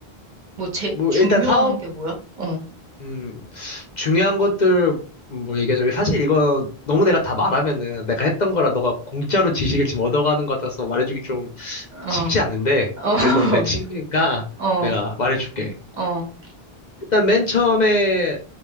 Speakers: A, on the right; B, on the left.
A: 뭐 제,
B: 뭐
A: 중요한
B: 일단 사업
A: 게 뭐야? 어,
B: 음, 중요한 것들 뭐 얘기하자면 사실 이거 너무 내가 다 말하면은 내가 했던 거라 너가 공짜로 지식을 지금 얻어가는 것 같아서 말해주기 좀
A: 어,
B: 쉽지 않은데
A: 어.
B: 그래도 내 친구니까
A: <laughs> 어,
B: 내가 말해줄게.
A: 어,
B: 일단 맨 처음에